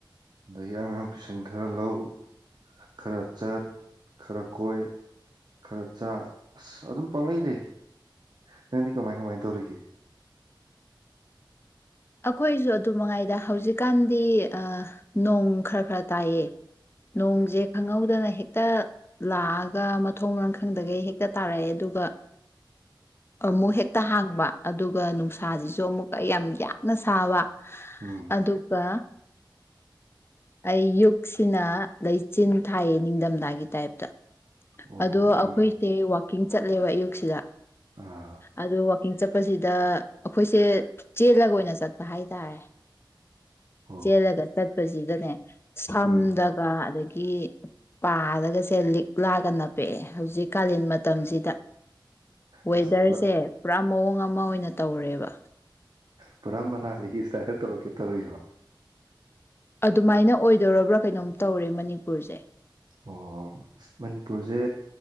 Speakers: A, on the right (about 55°); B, on the left (about 30°).
A: ꯑꯗꯒꯤ ꯑꯉꯥꯡ ꯇꯨꯏꯁꯟ ꯈꯔ ꯂꯧ ꯈꯔ ꯆꯠ ꯈꯔ ꯀꯣꯏ ꯈꯔ ꯆꯥ ꯑꯁ ꯑꯗꯨꯝ ꯄꯥꯡꯂꯩ ꯂꯩꯔꯤ ꯅꯪꯗꯤ ꯀꯃꯥꯏ ꯀꯃꯥꯏꯅ ꯇꯧꯔꯤꯒꯦ
B: ꯑꯩꯈꯣꯏꯁꯨ ꯑꯗꯨ ꯃꯉꯥꯏꯗ ꯍꯧꯖꯤꯛꯀꯥꯟꯗꯤ ꯅꯣꯡ ꯈꯔ ꯈꯔ ꯇꯥꯏꯌꯦ ꯅꯣꯡꯁꯦ ꯈꯪꯍꯧꯗꯅ ꯍꯦꯛ ꯍꯦꯛꯇ ꯂꯥꯛꯑꯒ ꯃꯊꯣꯡ ꯃꯔꯥꯡ ꯈꯪꯗꯒꯩ ꯍꯦꯛꯇ ꯇꯥꯔꯛꯑꯦ ꯑꯗꯨꯒ ꯑꯃꯨꯛ ꯍꯦꯛꯇ ꯍꯥꯡꯕ ꯑꯗꯨꯒ ꯅꯨꯡꯁꯥꯁꯤꯁꯨ ꯑꯃꯨꯛꯀ ꯌꯥꯝ ꯌꯥꯡꯅ ꯁꯥꯕ
A: ꯎꯝ
B: ꯑꯗꯨꯒ ꯑꯩ ꯌꯨꯛꯁꯤꯅ ꯂꯩꯆꯤꯟ ꯊꯥꯏꯑ ꯅꯤꯡꯊꯝꯊꯥꯒꯤ ꯇꯥꯏꯞꯇ
A: ꯑꯣ
B: ꯑꯗꯣ
A: ꯑꯩꯃ
B: ꯑꯩꯈꯣꯏꯁꯦ ꯀꯀꯤꯡ ꯆꯠꯂꯦꯕ ꯑꯌꯨꯛꯁꯤꯗ
A: ꯑꯥ
B: ꯑꯗ ꯀꯀꯤꯡ ꯆꯠꯄꯁꯤꯗ ꯑꯩꯈꯣꯏꯁꯦ ꯆꯦꯜꯂꯒ ꯑꯣꯏꯅ ꯆꯠꯄ ꯍꯥꯏꯇꯥꯔꯦ
A: ꯑꯣ
B: ꯆꯦꯜꯂꯒ ꯆꯠꯄꯁꯤꯗꯅꯦ ꯁꯝꯗꯒ
A: ꯎꯝ
B: ꯑꯗꯒꯤ ꯒꯤ ꯄꯥꯔꯒꯁꯦ ꯂꯤꯛ ꯂꯥꯛꯑꯒꯅ ꯄꯦꯛꯑꯦ ꯍꯧꯖꯤꯛ ꯀꯥꯂꯦꯟ ꯃꯇꯝꯁꯤꯗ ꯋꯦꯗꯔꯁꯦ
A: ꯑꯁ ꯄꯨꯔꯥ
B: ꯄꯨꯔꯥ ꯃꯑꯣꯡ ꯑꯃ ꯑꯃ ꯑꯣꯏꯅ ꯇꯧꯔꯦꯕ
A: ꯄꯨꯔꯥ ꯃꯅꯥꯁꯤꯗꯒꯤ ꯁꯨꯃꯥꯏꯅ ꯇꯧꯔꯛꯀꯦ ꯇꯧꯔꯤꯔꯣ
B: ꯑꯗꯨꯃꯥꯏꯅ ꯑꯣꯏ ꯀꯩꯗꯧꯔꯕ꯭ꯔꯥ ꯀꯩꯅꯣꯝ ꯇꯧꯔꯦ ꯃꯅꯤꯄꯨꯔꯁꯦ
A: ꯑꯣ ꯃꯅꯤꯄꯨꯔꯁꯦ